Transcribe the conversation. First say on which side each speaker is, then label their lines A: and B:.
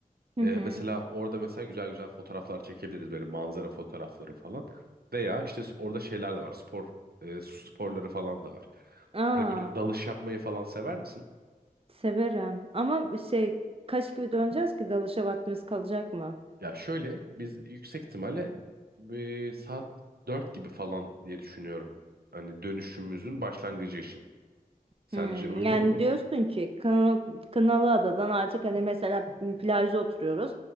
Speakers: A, on the right (about 40°); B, on the right (about 80°).
A: Hı
B: Ee,
A: hı.
B: mesela orada mesela güzel güzel fotoğraflar çekebiliriz böyle manzara fotoğrafları falan. Veya işte s- orada şeyler de var. Spor, e, su sporları falan da var.
A: Aa,
B: Hani böyle dalış yapmayı falan sever misin?
A: severim. Ama şey kaç gibi döneceğiz ki dalışa vaktimiz kalacak mı?
B: Ya şöyle biz yüksek ihtimalle e, saat 4 gibi falan diye düşünüyorum. Hani dönüşümüzün başlangıcı için. Sence
A: Hmm,
B: uygun
A: yani
B: mu?
A: diyorsun ki Kınalı, Kınalı Adadan artık hani mesela plajda oturuyoruz.